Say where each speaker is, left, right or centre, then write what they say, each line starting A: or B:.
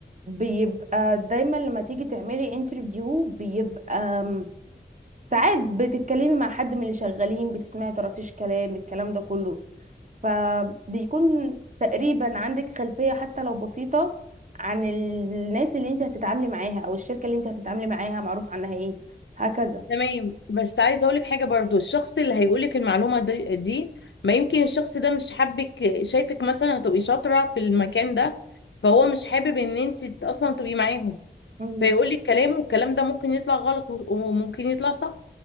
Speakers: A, on the right (about 45°); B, on the left (about 85°).
A: بيبقى دايما لما تيجي تعملي انترفيو بيبقى أم، ساعات بتتكلمي مع حد من اللي شغالين بتسمعي طراطيش كلام الكلام ده كله فبيكون تقريبا عندك خلفية حتى لو بسيطة عن الناس اللي انت هتتعاملي معاها او الشركة اللي انت هتتعاملي معاها معروف عنها ايه هكذا
B: تمام بس عايزه اقول لك حاجه برضو الشخص اللي هيقول لك المعلومه دي, دي ما يمكن الشخص ده مش حابك شايفك مثلا هتبقي شاطره في المكان ده فهو مش حابب ان انت اصلا تبقي معاهم
A: امم
B: فيقول لك كلام والكلام ده ممكن يطلع غلط و- وممكن يطلع صح